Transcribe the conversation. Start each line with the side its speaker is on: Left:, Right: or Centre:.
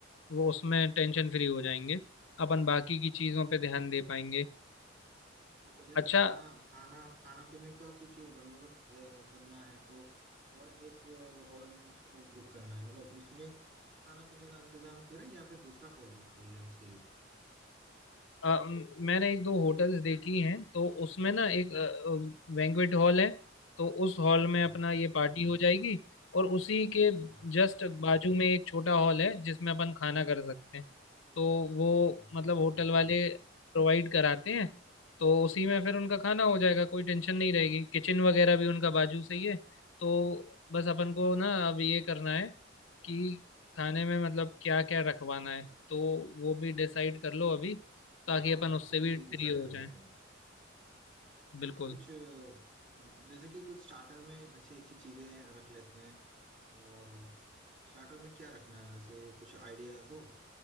Left: वो उसमें टेंशन फ्री हो जाएंगे अपन बाकी की चीजों पे ध्यान दे पाएंगे
Right: देखो जैसे
Left: अच्छा
Right: खाना खाना खाना पीने का कुछ बंदोबस्त अ, करना है तो और एक हॉल भी उसको बुक करना है मतलब उसमें खाना पीने का इंतजाम करें या फिर दूसरा हॉल बुक कर लें उसके लिए
Left: अ, मैंने एक दो होटल्स देखी हैं तो उसमें ना एक बैंक्वेट हॉल है तो उस हॉल
Right: हाँ
Left: में अपना
Right: हाँ
Left: ये पार्टी हो जाएगी और उसी के
Right: हाँ हाँ
Left: जस्ट बाजू में एक छोटा हॉल है जिसमें अपन खाना कर सकते हैं तो वो
Right: अच्छा
Left: मतलब होटल
Right: ठीक है
Left: वाले प्रोवाइड कराते हैं तो उसी में फिर उनका खाना हो जाएगा कोई टेंशन नहीं रहेगी किचन वगैरह भी उनका बाजू से ही है तो बस अपन को ना अब ये करना है कि खाने में मतलब क्या क्या रखवाना है तो वो भी डिसाइड कर लो अभी ताकि
Right: हाँ
Left: अपन
Right: हाँ
Left: उससे
Right: अभी
Left: भी फ्री
Right: डिसाइड
Left: हो
Right: कर लेते
Left: जाएं
Right: हैं हाँ
Left: बिल्कुल
Right: कुछ अ, हाँ जैसे कि कुछ स्टार्टर में अच्छी अच्छी चीजें रख लेते हैं और स्टार्टर में क्या रखना है वैसे कुछ आइडिया दो